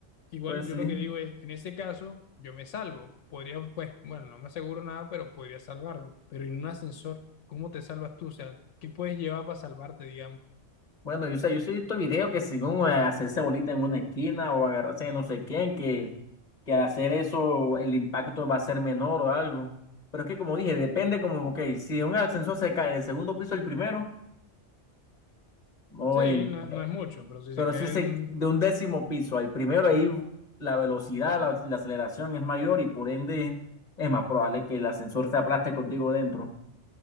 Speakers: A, on the left; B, on the left.
A: igual
B: pues
A: yo
B: sí.
A: lo que digo es, en ese caso, yo me salvo. Podría, pues, bueno, no me aseguro nada, pero podría salvarme. Pero en un ascensor, ¿cómo te salvas tú? O sea, ¿qué puedes llevar para salvarte, digamos?
B: Bueno, yo sé, yo soy estos videos que según eh, hacerse bolita en una esquina o agarrarse de no sé quién, que, que hacer eso el impacto va a ser menor o algo. Pero es que como dije, depende como, ok, si un ascensor se cae del segundo piso al primero, o
A: Sí,
B: el, im-
A: no, no es mucho, pero si
B: Pero
A: se cae
B: si se,
A: un...
B: de un décimo piso al primero, ahí la velocidad, la, la aceleración es mayor y por ende es más probable que el ascensor se aplaste contigo dentro.